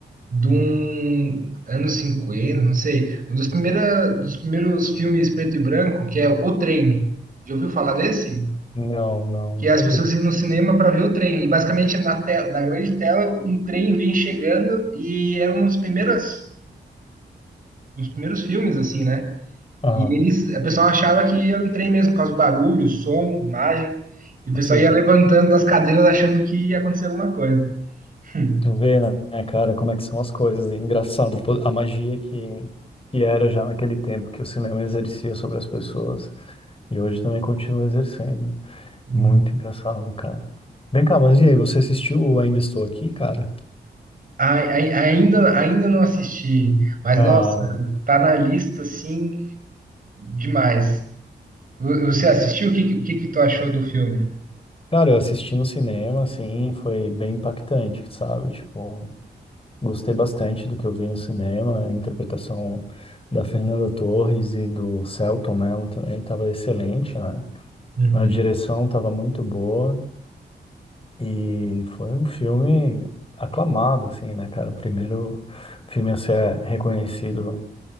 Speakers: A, on the right; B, on the left.
A: de um anos 50, não sei, um dos, primeira, dos primeiros filmes preto e branco, que é O Trem. Já ouviu falar desse?
B: Não, não,
A: Que
B: nunca
A: as pessoas
B: vi.
A: iam no cinema para ver o trem. E basicamente na, tela, na grande tela um trem vem chegando e era um dos primeiros, um dos primeiros filmes, assim, né?
B: Aham,
A: E eles, a pessoa achava que era um trem mesmo, por causa do barulho, som, imagem. E o pessoal
B: sim.
A: ia levantando das cadeiras achando que ia acontecer alguma coisa. <laughs>
B: Tu vê, né, cara, como é que são as coisas. E engraçado, pô, a magia que, que era já naquele tempo que o cinema exercia sobre as pessoas. E hoje também continua exercendo.
A: Uhum.
B: Muito engraçado, cara. Vem cá, mas e aí, você assistiu o Ainda Estou Aqui, cara?
A: Ai- ai- Ainda, ainda não assisti, mas
B: Ah,
A: nossa, tá na lista assim demais. Vo- Você assistiu? O que, que, o que que tu achou do filme?
B: cara, eu assisti no cinema, assim, foi bem impactante, sabe? Tipo, Gostei bastante do que eu vi no cinema, a interpretação da Fernanda Torres e do Selton Mello também estava excelente, né?
A: Uhum.
B: A direção estava muito boa e foi um filme aclamado, assim, né, cara? O primeiro filme a ser reconhecido